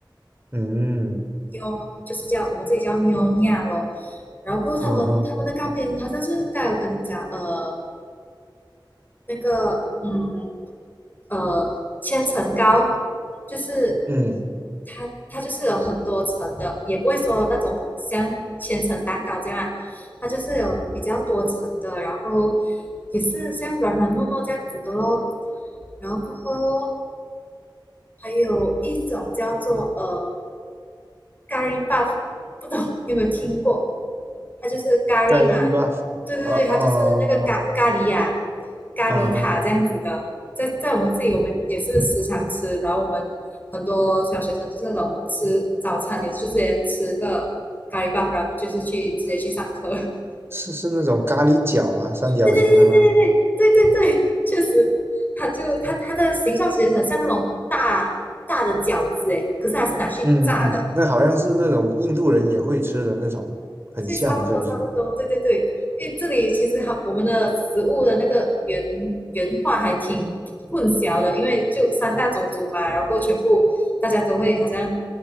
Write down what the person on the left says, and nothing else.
妞就是叫我们这里叫妞尼亚咯，然后过后他们他们的糕点好像是刚才有跟你讲，
呃，那个嗯呃千层糕，就是
它它就是有很多层的，也不会说那种像千层蛋糕这样啊它就是有比较多层的，然后也是像软软糯糯这样子的咯。然后过后还有一种叫做呃咖喱 buff，不懂 <laughs> 你有没有听过？它就是咖喱嘛，
对对对，
它就是那个咖咖喱呀、咖喱塔这样子的，
在在我们这里我们也是时常吃，然后我们很多小学生就是那种吃早餐也是直接吃个咖喱 buff，然后就是去直接去上课，<laughs>
对对对对对对对对对，确实，它就它它的形状其实很像那种大大的饺子诶，可是它是拿去炸的。
这差不多，差不多，对对对，因为这里其实它我们的食物的那个原原话还挺混淆的，因为就三大种族嘛，然后全部大家都会好像